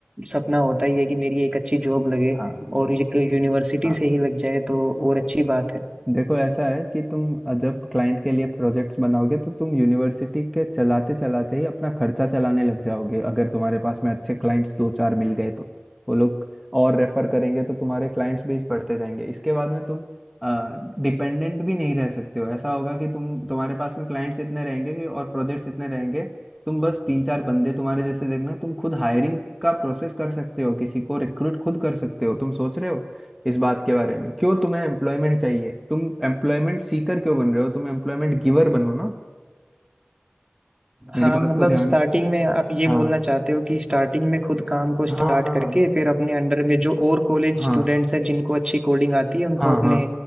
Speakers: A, on the right; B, in the centre.
A: सपना होता ही है कि मेरी एक अच्छी जॉब लगे
B: हाँ
A: और यूनिवर्सिटी
B: हाँ
A: से ही लग जाए तो और अच्छी बात है
B: देखो ऐसा है कि तुम जब क्लाइंट के लिए प्रोजेक्ट्स बनाओगे तो तुम यूनिवर्सिटी के चलाते चलाते ही अपना खर्चा चलाने लग जाओगे अगर तुम्हारे पास में अच्छे क्लाइंट्स दो चार मिल गए तो वो लोग और रेफर करेंगे तो तुम्हारे क्लाइंट्स भी बढ़ते जाएंगे इसके बाद में तुम डिपेंडेंट भी नहीं रह सकते हो ऐसा होगा कि तुम तुम्हारे पास में क्लाइंट्स इतने रहेंगे कि और प्रोजेक्ट्स इतने रहेंगे तुम बस तीन चार बंदे तुम्हारे जैसे देखना तुम खुद हायरिंग का प्रोसेस कर सकते हो किसी को रिक्रूट खुद कर सकते हो तुम सोच रहे हो इस बात के बारे में क्यों तुम्हें एम्प्लॉयमेंट चाहिए तुम एम्प्लॉयमेंट सीकर क्यों बन रहे हो तुम एम्प्लॉयमेंट गिवर बनो ना मेरी
A: हाँ
B: बात
A: मतलब
B: को ध्यान
A: स्टार्टिंग में आप ये
B: हाँ
A: बोलना चाहते हो कि स्टार्टिंग में खुद काम को स्टार्ट
B: हाँ हाँ
A: करके फिर अपने अंडर में जो और कॉलेज
B: हाँ
A: स्टूडेंट्स हैं जिनको अच्छी कोडिंग आती है उनको
B: हाँ
A: अपने
B: हाँ